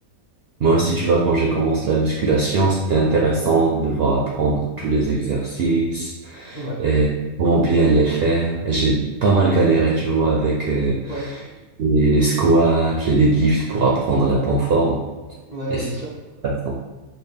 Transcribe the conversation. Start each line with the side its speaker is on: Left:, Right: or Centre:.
Right: moi aussi, tu vois, quand j'ai commencé la musculation, c'était intéressant de voir apprendre tous les exercices
Left: ouais,
Right: et comment bien les faire. Et j'ai pas mal galéré, tu vois, avec euh,
Left: ouais,
Right: les, les squats, les deadlifts pour apprendre la bonne forme.
Left: ouais, ouais,
Right: Et c'est
Left: bien sûr.
Right: intéressant.